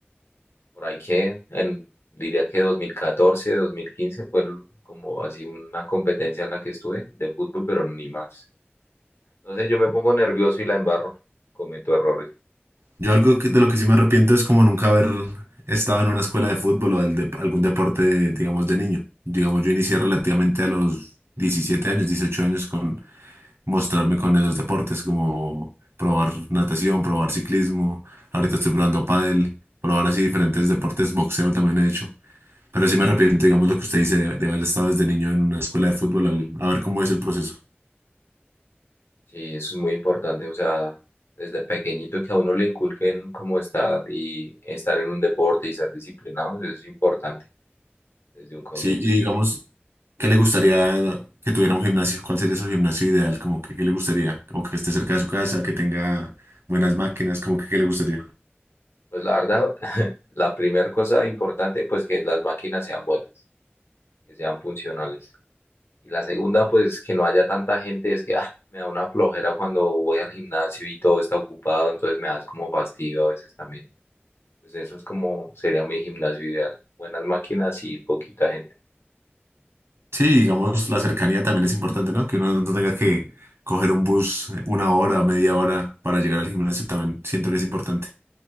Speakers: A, on the left; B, on the right.
A: Por ahí que, en, diría que 2014, 2015 fue el- como así una competencia en la que estuve de fútbol, pero ni más. Entonces yo me pongo nervioso y la embarro, cometo errores.
B: Yo algo que- de lo que sí me arrepiento es como nunca haber estado en una escuela de fútbol o del dep- algún deporte, digamos, de niño. Digamos, yo inicié relativamente a los 17 años, 18 años con mostrarme con los deportes, como probar natación, probar ciclismo. Ahorita estoy probando pádel, probar así diferentes deportes, boxeo también he hecho. Pero sí me arrepiento, digamos, lo que usted dice de, de haber estado desde niño en una escuela de fútbol, al- a ver cómo es el proceso.
A: Sí, eso es muy importante, o sea, desde pequeñito que a uno le inculquen cómo estar y estar en un deporte y ser disciplinados es importante desde un comienzo.
B: Sí, y digamos, ¿Qué le gustaría que tuviera un gimnasio? ¿Cuál sería su gimnasio ideal? Como que, ¿qué le gustaría? O que esté cerca de su casa, que tenga buenas máquinas, como que, ¿qué le gustaría?
A: Pues la verdad, <laughs> la primera cosa importante, pues que las máquinas sean buenas, que sean funcionales. Y la segunda, pues que no haya tanta gente, es que ah, me da una flojera cuando voy al gimnasio y todo está ocupado, entonces me da es como fastidio a veces también. Pues eso es como sería mi gimnasio ideal, buenas máquinas y poquita gente.
B: Sí, digamos, la cercanía también es importante, ¿no? Que uno no tenga que coger un bus una hora, media hora para llegar al gimnasio, también siento que es importante.